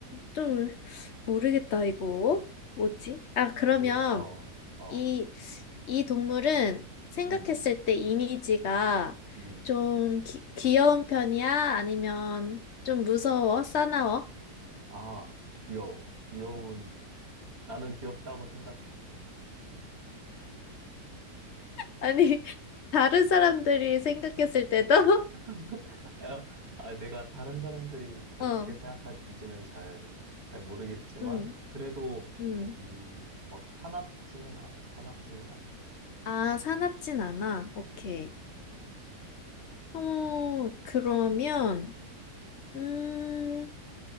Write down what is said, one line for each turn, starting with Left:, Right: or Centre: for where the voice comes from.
Left: 좀 모르겠다 이거. 뭐지? 아, 그러면
Right: 그래? 어, 어,
Left: 이, 이 동물은 생각했을
Right: 음,
Left: 때 이미지가
Right: 음.
Left: 좀 귀 귀여운 편이야? 아니면 좀 무서워? 사나워?
Right: 아, 귀여워. 귀여운, 나는 귀엽다고 생각해.
Left: 아니, <laughs> 다른 사람들이 생각했을 때도? <laughs>
Right: <laughs> 아, 아, 내가 다른 사람들이 어떻게
Left: 어,
Right: 생각하는지는 잘, 잘 모르겠지만,
Left: 음,
Right: 그래도,
Left: 음.
Right: 음, 막 사납지는 않아. 사납지는 않아.
Left: 아, 사납진 않아. 오케이.
Right: 응.
Left: 어, 그러면, 음,